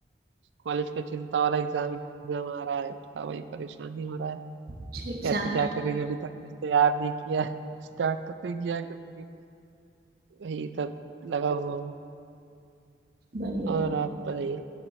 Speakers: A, on the right; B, on the right.
A: कॉलेज का चिंता हो रहा है एग्जाम एग्जाम आ रहा है थोड़ा वही परेशानी हो रहा है
B: कुछ एग्जाम
A: कैसे क्या करेंगे अभी तक कुछ तैयार नहीं किया है स्टार्ट तो नहीं किया है कभी वही तब लगा हुआ हूँ
B: बढ़िया
A: और आप बताइए